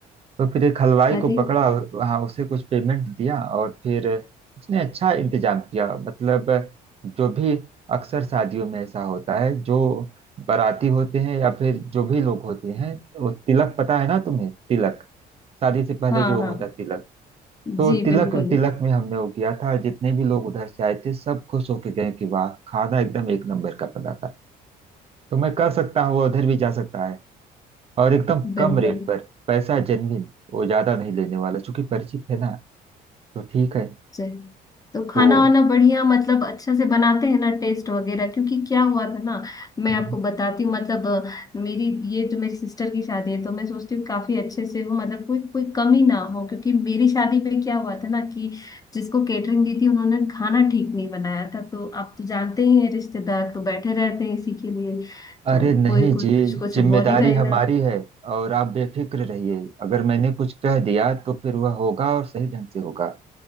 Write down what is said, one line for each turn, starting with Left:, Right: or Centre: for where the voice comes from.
Right: तो फिर एक हलवाई
Left: अरे
Right: को पकड़ा वहाँ उसे कुछ पेमेंट दिया और फिर उसने अच्छा इंतजाम किया मतलब जो भी अक्सर शादियों में ऐसा होता है जो बाराती होते हैं या फिर जो भी लोग होते हैं वो तिलक पता है ना तुम्हें तिलक शादी से पहले
Left: हाँ
Right: जो
Left: हाँ
Right: होता है तिलक तो
Left: जी
Right: तिलक
Left: बिल्कुल
Right: तिलक में हमने वो किया था जितने भी लोग उधर से आए थे सब खुश होके गए कि वाह खाना एकदम एक नंबर का बना था तो मैं कह सकता हूँ वो उधर भी जा सकता है और एकदम कम
Left: बिल्कुल
Right: रेट पर पैसा जेन्युइन वो ज्यादा नहीं लेने वाला चूंकि परिचित है ना तो ठीक है
Left: चल तो खाना
Right: तो
Left: वाना बढ़िया मतलब अच्छा से बनाते हैं ना टेस्ट वगैरह क्योंकि क्या हुआ था ना मैं
Right: हम्म।
Left: आपको बताती हूँ मतलब अ, मेरी ये जो मेरी सिस्टर की शादी है तो मैं सोचती हूँ काफी अच्छे से हो मतलब कोई कोई कमी ना हो क्योंकि मेरी शादी में क्या हुआ था ना कि जिसको केटरिंग दी थी उन्होंने खाना ठीक नहीं बनाया था तो आप तो जानते ही हैं रिश्तेदार तो बैठे रहते हैं इसी के लिए तो
Right: अरे नहीं
Left: कोई कोई
Right: जी
Left: कुछ कुछ
Right: जिम्मेदारी
Left: बोल ही रहेगा
Right: हमारी है और आप बेफिक्र रहिए अगर मैंने कुछ कह दिया तो फिर वह होगा और सही ढंग से होगा